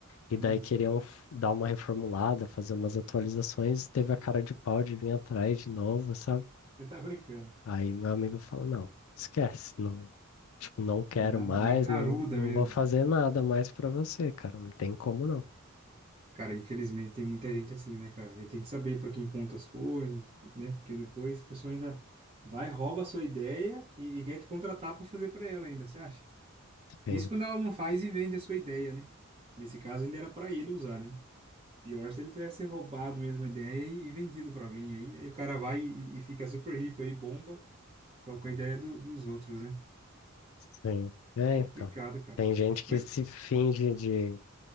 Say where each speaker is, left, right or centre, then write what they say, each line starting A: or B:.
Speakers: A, on the left; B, on the right.
A: e daí
B: uhum.
A: queriam f- dar uma reformulada, fazer umas atualizações, teve a cara de pau de vir atrás de novo, sabe?
B: Você tá brincando.
A: Aí meu amigo fala, não, esquece, não, tipo, não quero
B: Na,
A: mais,
B: na caruda
A: não, não
B: mesmo.
A: vou fazer nada mais pra você, cara, não tem como não.
B: Cara, infelizmente tem muita gente assim, né, cara? A gente tem que saber pra quem conta as coisas, né? Porque depois a pessoa ainda vai, rouba a sua ideia e, e quer te contratar pra fazer pra ela ainda, você acha?
A: Sim,
B: Isso quando ela não faz e vende a sua ideia, né? Nesse caso ainda era pra ele usar, né? Pior se ele tivesse roubado mesmo a ideia e, e vendido pra alguém aí. Aí o cara vai e, e fica super rico aí, bomba, com com a ideia do- dos outros, né?
A: sim. É,
B: Complicado,
A: então,
B: cara.
A: tem gente que
B: Mas,
A: se finge de,